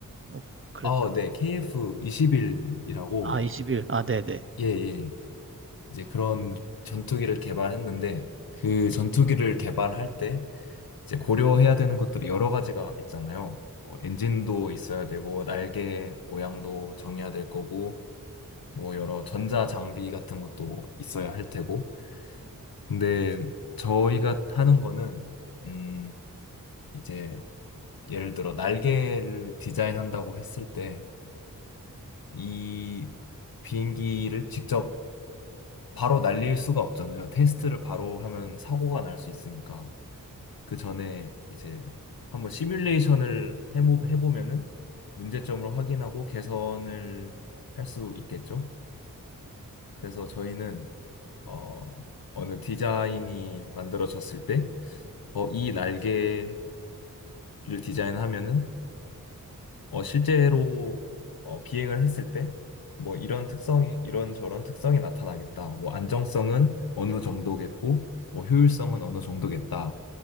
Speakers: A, on the right (about 35°); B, on the left (about 80°).
A: 뭐, 그랬던,
B: 아, 네, KF-21이라고,
A: 아, 21. 아, 네네.
B: 예, 예. 이제 그런 전투기를 개발했는데 그 전투기를 개발할 때 이제 고려해야 되는 것들이 여러 가지가 있잖아요. 뭐 엔진도 있어야 되고 날개 모양도 정해야 될 거고 뭐 여러 전자 장비 같은 것도 있어야 할 테고. 근데 저희가 하는 거는 음 이제 예를 들어 날개를 디자인한다고 했을 때 이 비행기를 직접 바로 날릴 수가 없잖아요. 테스트를 바로 하면 사고가 날 수 있으니까. 그 전에 이제 한번 시뮬레이션을 해보, 해보면은 문제점을 확인하고 개선을 할 수 있겠죠. 그래서 저희는 어, 어느 디자인이 만들어졌을 때 어, 이 날개를 디자인하면은 어, 실제로 어, 비행을 했을 때 뭐 이런 특성이 이런 저런 특성이 나타나겠다. 뭐 안정성은 어느 정도겠고 뭐 효율성은 어느 정도겠다.